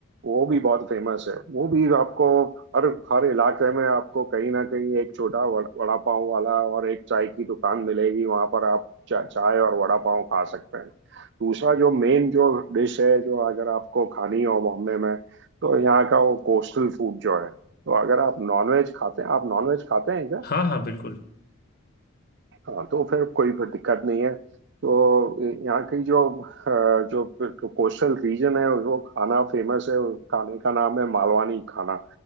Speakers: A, on the right (about 55°); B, on the left (about 45°).
A: वो भी बहुत फेमस है वो भी आपको हर हर इलाके में आपको कहीं ना कहीं एक छोटा वड़- वड़ा पाव वाला और एक चाय की दुकान मिलेगी वहां पर आप चा, चाय और वड़ा पाव खा सकते हैं दूसरा जो मेन जो डिश है जो अगर आपको खानी हो बॉम्बे में तो यहाँ का वो कोस्टल फूड जो है तो अगर आप नॉनवेज खाते हैं आप नॉनवेज खाते हैं क्या
B: हाँ हाँ बिल्कुल
A: हाँ तो फिर कोई फिर दिक्कत नहीं है तो यहाँ की जो अ, जो, जो कोस्टल रीजन है वो खाना फेमस है उस खाने का नाम है मालवानी खाना